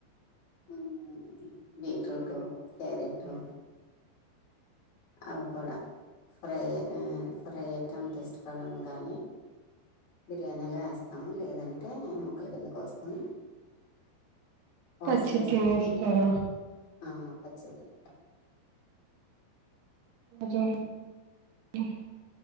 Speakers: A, on the left (about 45°); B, on the right (about 80°).
A: ఆ ఆ ఆ బీట్రూట్, క్యారెట్టు అవి కూడా ఫ్రై ఐ ఫ్రై అయితెంతష్టపడం గానీ బిర్యానీలో ఏస్తాము లేదంటే మొక్కల కింద కోసుకొని వాష్
B: పచ్చిది
A: చేసుకున్
B: తినేస్తారు
A: తిన్ ఆ పచ్చియే తింటాం.
B: <inaudible>